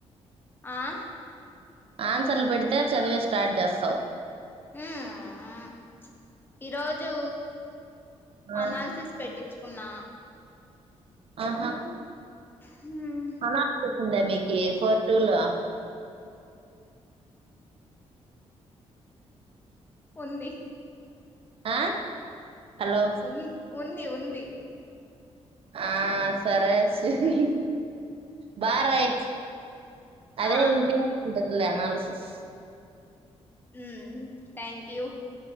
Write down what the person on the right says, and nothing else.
ఆన్సర్లు పెడితే చదివేది స్టార్ట్ చేస్తావ్
ఆ,
ఆహా
అనాలిసిస్ ఉందా మీక్ ఏ ఫోర్ టూ లో
ఆ హలో
ఆ సరే సరి బా రాయ్ అదే
ఈజి ఇ దగ్గి లే అనాలసిస్